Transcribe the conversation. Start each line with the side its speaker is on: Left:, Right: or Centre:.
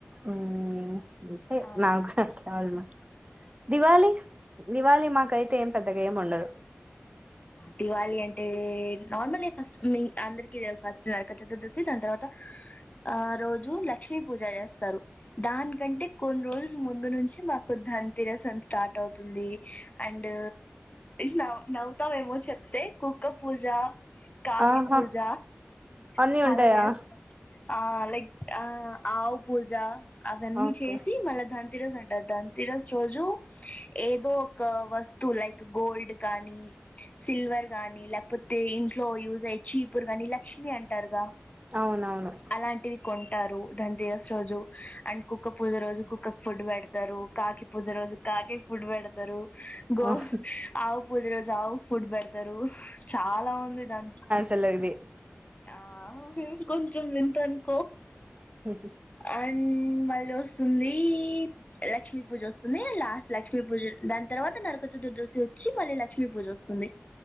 Right: ఉ అంతే
Left: అవును
Right: నాకూ <unintelligible> దివాళి దివాళి మాకైతే ఏం పెద్దగా ఏమి ఉండదు
Left: దివాళి అంటే నార్మల్ ఫస్ట్ మీ అందరికి ఫస్ట్ నరక చతుర్దశి దాని తర్వాత ఆ రోజు లక్ష్మీ పూజ చేస్తారు దానికంటే కొన్ని రోజుల ముందు నుంచి మాకు ధన్ తరసం స్టార్ట్ అవుతుంది అండ్ న నవ్తావేమో చెప్తే కుక్ కుక్క పూజ కాకి
Right: ఆహా
Left: పూజ
Right: అన్నీ
Left: చాలా
Right: ఉంటాయా
Left: చేస్తరు ఆ లైక్ ఆ ఆవు పూజ అవన్నీ
Right: ఓకే
Left: చేసి మళ్ళా దాని తిరజస్ అంటారు ధన్ తిరస్ రోజు ఏదో ఒక వస్తు లైక్ గోల్డ్ కానీ సిల్వర్ గానీ లేకపోతే ఇంట్లో యూజ్ అయి చీపుర్ కానీ లక్ష్మిీ అంటారుగా
Right: అవునవును
Left: అలాంటి వి కొంటారు దాని తీస రోజు అండ్ కుక్క పూజ రోజు కుక్కకు ఫుడ్ పెడత తారు కాకి పూజ రోజు కాక్కి ఫుడ్ పెడతారు గో
Right: ఓహ్!
Left: ఆవు పూజ రోజు ఆవుక్ ఫుడ్ పెడతారు చాలా ఉంది దాం
Right: తెలర్తే
Left: ఆ మే కొంచెం వింత అనుకో
Right: హ్మ్
Left: అం మళ్ళొస్తుంది లక్ష్మి పూజ వస్తుంది, లాస్ట్ లక్ష్మీ పూజ దాని తర్వాత నరక చతుర్దశి వచ్చి మళ్ళీ లక్ష్మీ పూజ వస్తుంది.